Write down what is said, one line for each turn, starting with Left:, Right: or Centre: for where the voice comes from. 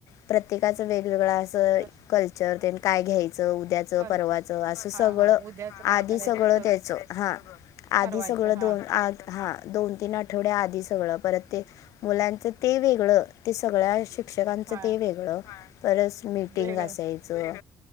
Left: प्रत्येकाचं वेगवेगळं असं
Right: कस
Left: कल्चर तेण काय घ्यायचं उद्या उदयाच
Right: कलच
Left: परवाचं असं
Right: हा
Left: सगळं
Right: हा उद्याच काय
Left: आधी
Right: करायचं
Left: सगळं त्याच हा
Right: ठरवायचं
Left: आधी सगळं
Right: हा
Left: दोन आ हा दोन तीन आठवड्या आधी सगळं परत ते मुलांचं ते वेगळं ते सगळ्या शिक्षकांचं
Right: हा
Left: ते वेगळं परत मिटींग
Right: वेगळं
Left: असायचं